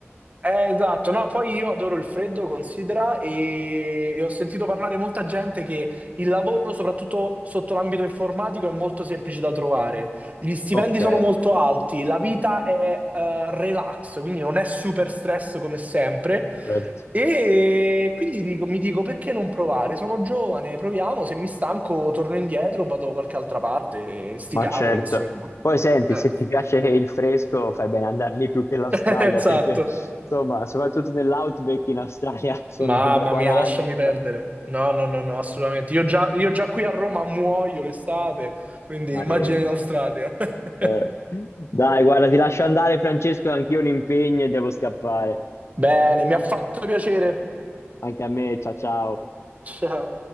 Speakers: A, on the right; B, on the left.
A: Eh, esatto. No, poi io adoro il freddo, considera, e e ho sentito parlare molta gente che il lavoro, soprattutto sotto l'ambito informatico, è molto semplice da trovare. Gli stipendi
B: Ok,
A: sono molto alti, la vita è eh, relax, quindi non è super stress come sempre.
B: certo,
A: E quindi dico- mi dico, perché non provare? Sono giovane, proviamo, se mi stanco torno indietro, vado da qualche altra parte, e sti
B: ma
A: cavoli,
B: certo.
A: insomma.
B: Poi senti,
A: Eh,
B: se ti piace il fresco, fai bene ad andare lì più che l'Australia,
A: <laughs> Esatto.
B: perché insomma, soprattutto nell'outback in Australia <laughs> sono
A: Mamma
B: da 40.
A: mia, lasciami perdere. No, no, no, no, assolutamente. Io già, io già qui a Roma muoio l'estate, quindi
B: Maremma.
A: immagina in Australia. <laughs>
B: Eh, Dai, guarda, ti lascio andare, Francesco, anch'io ho un impegno e devo scappare.
A: Bene, mi ha fatto piacere.
B: Anche a me, ciao ciao.
A: Ciao.